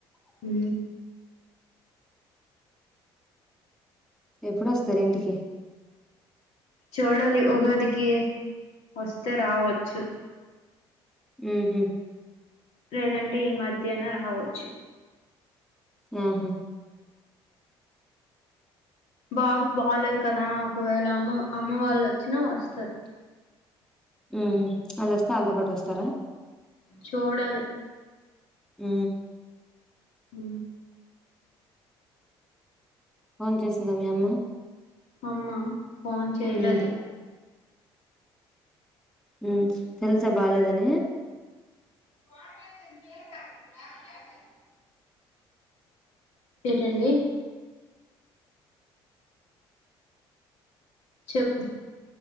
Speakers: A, on the left; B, in the centre.
A: ఉ
B: ఎప్పుడొస్తారు ఇంటికి
A: చూడలి ఉగాదికి వస్తే రావచ్చు
B: ఉహూ
A: లేదంటే ఈ మధ్యన రావచ్చు
B: ఉహూ
A: బాబుకు బాలేదు కదా ఒకవేళ అమ్మ అమ్మ వాళ్ళు వచ్చినా వస్తారు
B: ఉ వాళ్లు వస్తా అల్తో పటు వస్తారా
A: చూడలి
B: ఉ
A: ఉ
B: ఫోన్ చేసిందా మీ అమ్మ
A: అమ్మ ఫోన్ చేయలేదు
B: ఉమ్ ఉ తెలుసా బాలేదని
A: వాట్ ఐఫోన్ పేరు రాసిందా గ్యాస్ అయిపోయింది ఏంటండీ చెప్పు